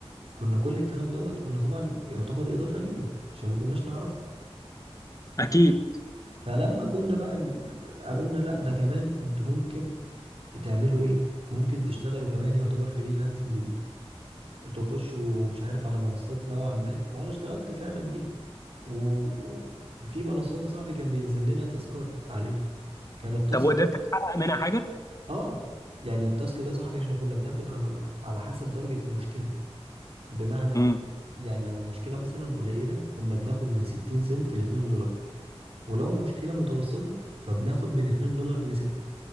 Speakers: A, on the right; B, on the left.
A: كنا كل الكلام دوت كنا طبعا يعتبر إضافة لينا عشان ما كناش نعرفه
B: اكيد
A: فلما كنا بقى ال- قالوا لنا لا ده كمان انتوا ممكن تعملوا ايه ممكن تشتغلوا كمان يعتبر فريلانسنج بيه تخشوا مش عارف على منصات نوعا ما وانا اشتغلت فعلا بيها و... و- وفي منصات يا صاحبي كان بينزل لنا تاسكات عليها كان التاسك
B: طب وقدرت تحقق منها حاجة؟
A: اه يعني التاسك ده يا صاحبي احنا كنا بناخد على على حسب درجة المشكلة بمعنى
B: امم
A: يعني لو المشكلة مثلا قليلة كنا بناخد من 60 سنت ل 2 دولار ولو المشكلة متوسطة فبناخد من 2 دولار ل 6